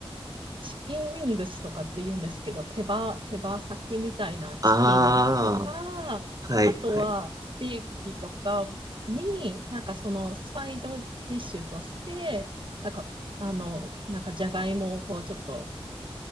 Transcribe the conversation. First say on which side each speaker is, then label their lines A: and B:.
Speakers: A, on the right; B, on the right.
A: チキンウィングスとかって言うんですけど、手羽、手羽先みたいなチキンとか、
B: ああ、はい、
A: あとはステーキとかに、
B: はい。
A: なんかそのサイドディッシュとして、なんか、あの、なんかじゃがいもをこうちょっと